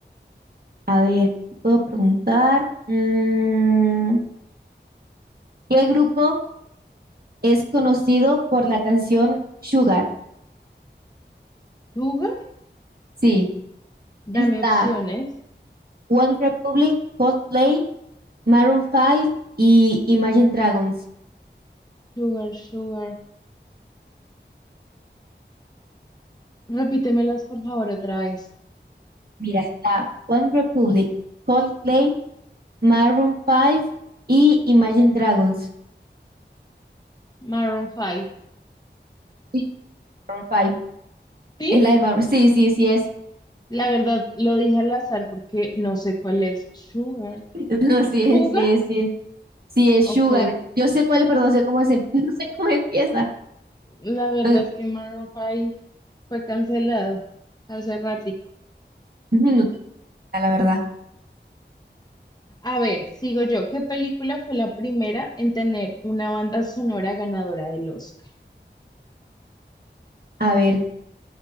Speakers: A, on the right; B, on the left.
A: A ver, ¿qué puedo preguntar? Mm, ¿Qué grupo es conocido por la canción Sugar?
B: Sugar,
A: Sí,
B: dame
A: está
B: opciones.
A: One Republic, Coldplay, Maroon 5 y Imagine Dragons.
B: Sugar, sugar. Repítemelas, por favor, otra vez.
A: Mira, está One Republic, Coldplay, Maroon 5 y Imagine Dragons.
B: Maroon 5.
A: Sí, Maroon 5.
B: Sí,
A: Es la de Maroon. Sí, sí, sí es.
B: la verdad lo dije al azar porque no sé cuál es. Sugar.
A: <laughs> No, sí
B: Sugar.
A: es, sí es, sí es. Sí es
B: Ok.
A: Sugar. Yo sé cuál es, pero no sé cómo se, <laughs> no sé cómo empieza.
B: La verdad
A: No,
B: es que Maroon 5 fue cancelado hace ratico.
A: no no tengo idea, la verdad.
B: A ver, sigo yo. ¿Qué película fue la primera en tener una banda sonora ganadora del Oscar?
A: A ver.